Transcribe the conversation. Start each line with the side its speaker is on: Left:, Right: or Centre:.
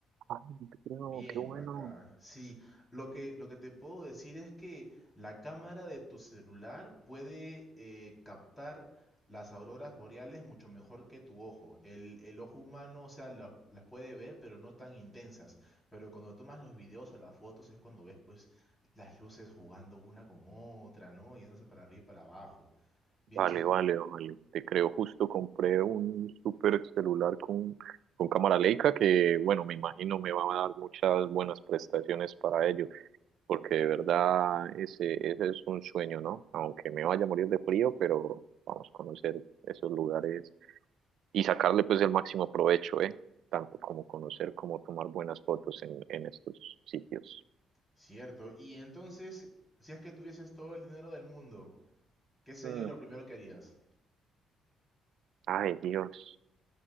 Right: Ah, no te creo,
Left: Bien,
Right: qué bueno.
Left: bacán. Sí, lo que, lo que te puedo decir es que la cámara de tu celular puede eh, captar las auroras boreales mucho mejor que tu ojo. El, el ojo humano, o sea, las las puede ver, pero no tan intensas. Pero cuando tomas los videos o las fotos es cuando ves, pues, las luces jugando una con otra, ¿no? Yéndose para arriba y para abajo. Bien
Right: Vale,
Left: chévere.
Right: vale, vale. Te creo, justo compré un super celular con, con cámara Leica que, bueno, me imagino me va a dar muchas buenas prestaciones para ello, porque de verdad ese, ese es un sueño, ¿no? Aunque me vaya a morir de frío, pero vamos a conocer esos lugares y sacarle pues el máximo provecho, ¿eh? Tanto como conocer como tomar buenas fotos en, en estos sitios.
Left: Cierto. Y entonces, si es que tuvieses todo el dinero del mundo, ¿qué sería
Right: Mm.
Left: lo primero que harías?
Right: Ay, Dios.